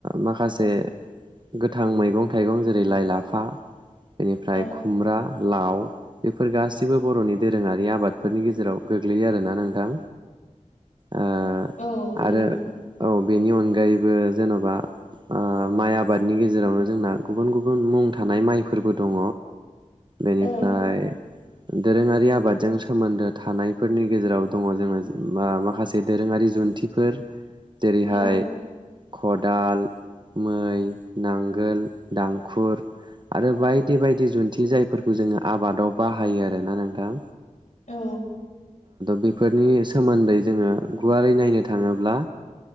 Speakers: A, on the right; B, on the left.
A: माखासे गोथां मैगं थाइगं, जेरै- लाइ लाफा। बेनिफ्राय
B: औ
A: खुमब्रा। लाव, बेफोर गासिबो बर'नि दोरोङारि आबादफोरनि गेजेराव गोग्लैयो आरोना नोंथां? ओ
B: औ गोलैयो
A: आरो
B: नोंथां
A: औ बेनि अनगा गायोबो। जेनबा माइ आबादनि गेजेरावनो जोंना गुबुन गुबुन मुं थानाय माइफोरबो दङ। बेनिफ्राय
B: औ
A: दोरोङारि आबादजों सोमोन्दो थानायफोरनि गेजेराव दङ जोङो माखासे दोरोङारि जुन्थिफोर। जेरैहाय
B: औ
A: खदाल, मै, नांगोल, दांखुर आरो बायदि बायदि जुन्थि जायफोरखौ जोङो आबादाव बाहायो आरोना नोंथां।
B: औ
A: बेफोरनि सोमोन्दै जोङो गुवारै नायनो थाङोब्ला